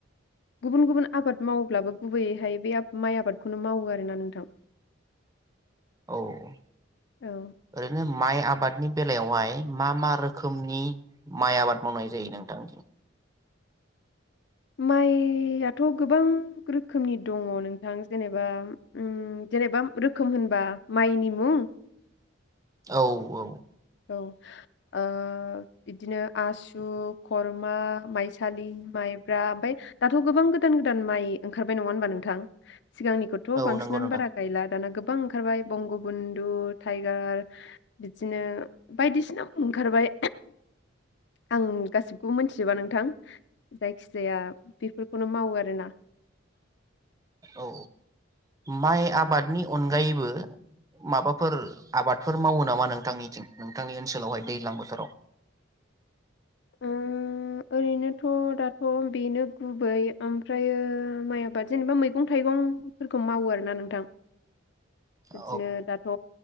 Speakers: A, on the left; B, on the right.
A: गुबुन गुबुन आबाद मावोब्लाबो गुबैयैहाय बे आब माइ आबादखौनो मावो आरोना नोंथां।
B: औ ओै
A: औ
B: ओरैनो माइ आबादनि बेलायावहाय मा मा रोखोमनि माइ आबाद मावनाय जायो नोंथां?
A: माइयाथ गोबां रोखोमनि दङ नोंथां जेनेबा उम जेनेबा रोखोम होनबा माइनि मुं
B: औ औ।
A: औ ओ बिब्दिनो आसु, खरमा, माइसालि, माइब्रा ओमफफ्राय दाथ गोबां गोदान गोदान माइ ओंखारबाय नङा होनबा नोंथां? सिगांनिखौथ बांसिनानो
B: औ नंगौ नोंथां
A: बारा गायला दाना गोब बां ओंखारबाय बंगबन्धु टाइगार बिदिनो बायदिसिना ओंखारबाय आं गासिबखौबो मिथिजोबा नोंथां जायखिजाया बेफोरखौनो मावो आरो ना
B: औ माइ आबादनि अनगायैबो माबाफोर आबादफोर मावो नामा नोंथांनिथिं नोंथांनि ओनसोलावहाय दैज्लां बोथोराव
A: उम, ओरैनोथ दाथ बेनो गुबै ओमफ्रायो माइ आबाद जेनेबा मैगं थाइगं फोरखौ मावो आरोना नोंथां
B: औ
A: बिदिनो दाथ